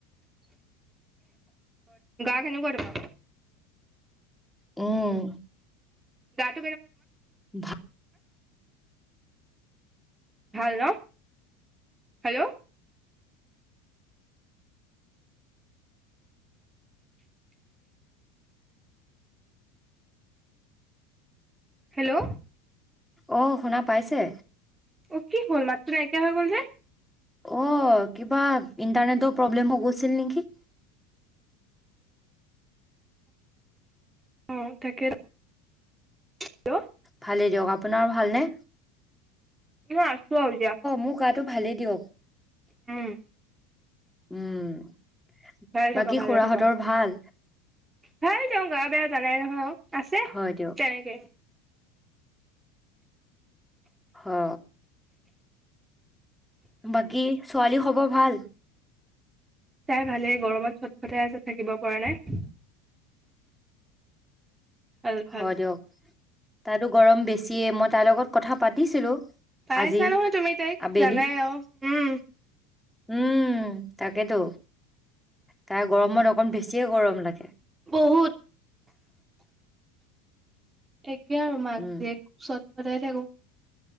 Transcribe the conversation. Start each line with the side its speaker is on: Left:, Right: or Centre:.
Right: গা কেনেকুৱা
Centre: অঁ
Right: দ
Centre: ভাল
Right: ভাল ন হেল্ল' হেল্ল'
Centre: অ শুনা পাইছে
Right: অ কি হ'ল মাত্ৰ নাইে হৈ গ'ল যে
Centre: অ, কিবা ইন্টাৰনেটৰ প্ৰব্লেম গৈছিল নেকি
Right: অ' তাকে হেল্ল'
Centre: ভালেই দিয়ক আপোনাৰ ভালনেে
Right: ন আছো আজা
Centre: মোৰ গাটো ভালেই দিয়ক
Right: হম
Centre: উম'
Right: ভাল
Centre: বাকী
Right: থকা ভালে
Centre: খুৰাহঁতৰ
Right: থকা
Centre: ভাল
Right: ভাল য গা বেয়া জালে নহয় আৰু আছে,
Centre: হয় দিয়ক
Right: তেনেকে
Centre: অ' বাকী ছোৱালী খবৰ ভাল
Right: তাই ভালে। গৰমত চটফটাই আছে থাকিব পৰা নাই ভাল ভাল।
Centre: হয় দিয়ক তাতো গৰম বেছিয়ে, মই তাইৰ লগত কথা পাতিছিলো।
Right: পাইছা
Centre: আজি
Right: নহয় তুমি তাইক,
Centre: আবেলি
Right: জানাই আও। উম।
Centre: উম। তাকেতো। তাৰ গৰমত অকণ বেছিয়ে গৰম লাগে।
Right: বহুত ঠিক কে আৰু মাক
Centre: উম
Right: জীয়েক চৈ <unintelligible> থাকো।